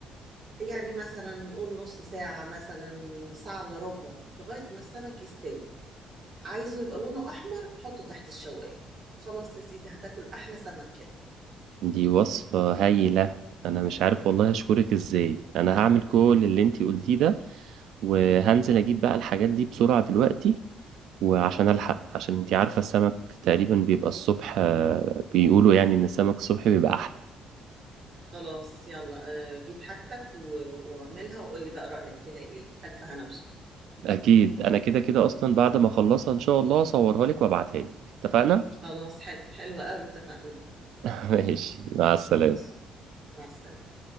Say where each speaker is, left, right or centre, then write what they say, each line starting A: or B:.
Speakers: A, on the right (about 35°); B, on the right (about 70°).
A: يعني مثلا نقول نص ساعة مثلا ساعة الا ربع لغاية ما السمك يستوي عايزه يبقى لونه أحمر حطه تحت الشواية وخلاص يا سيدي هتاكل أحلى سمك كده
B: دي وصفة هايلة انا مش عارف والله اشكرك ازاي انا
A: <laughs>
B: هعمل كل اللي انتي قلتيه ده وهنزل اجيب بقى الحاجات دي بسرعة دلوقتي وعشان الحق عشان انتي عارفة السمك تقريبا بيبقى الصبح آه، بيقولوا يعني ان السمك الصبح بيبقى احلى
A: خلاص يلا آه، جيب حاجتك و- واعملها وقول لي بقى رأيك فيها ايه ألف هنا وشفا
B: اكيد انا كده كده اصلا بعد ما اخلصها ان شاء الله اصورها لك وابعتها لك اتفقنا
A: خلاص حلو حلو قوي اتفقنا
B: <laughs> ماشي مع السلامة
A: ماشي مع السلامة